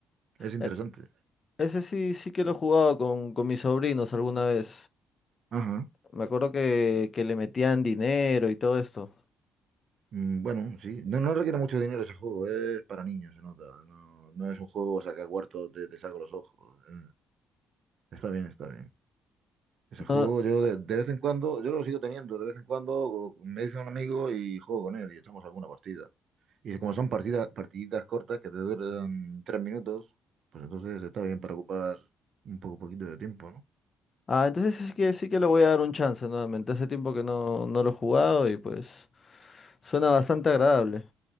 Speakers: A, on the right; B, on the left.
A: Es interesante.
B: E- ese sí, sí que lo he jugado con, con mis sobrinos alguna vez.
A: Ajá.
B: Me acuerdo que, que le metían dinero y todo esto.
A: Mm, Bueno, sí. No, no requiere mucho dinero ese juego, es para niños, se nota. No, no es un juego saca cuartos te, te saco los ojos. Eh, Está bien, está bien. Ese juego
B: No-
A: yo de, de vez en cuando, yo lo sigo teniendo, de vez en cuando me dice un amigo y juego con él y echamos alguna partida. Y como son partidas, partiditas cortas que te duran tres minutos, pues entonces está bien para ocupar un poco poquito de tiempo, ¿no?
B: Ah, entonces sí que, sí que le voy a dar un chance nuevamente. Hace tiempo que no, no lo he jugado y pues suena bastante agradable.